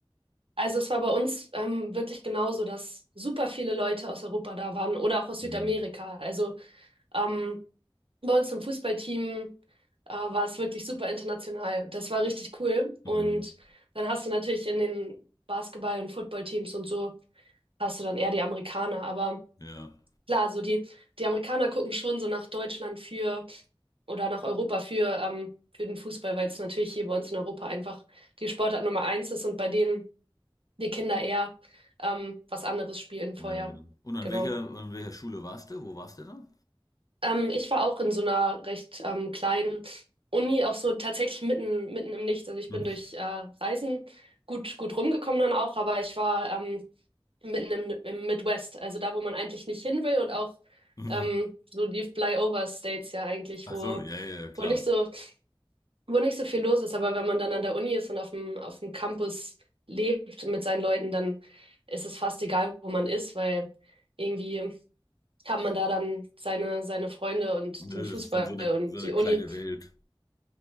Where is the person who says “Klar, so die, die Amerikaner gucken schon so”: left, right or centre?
Right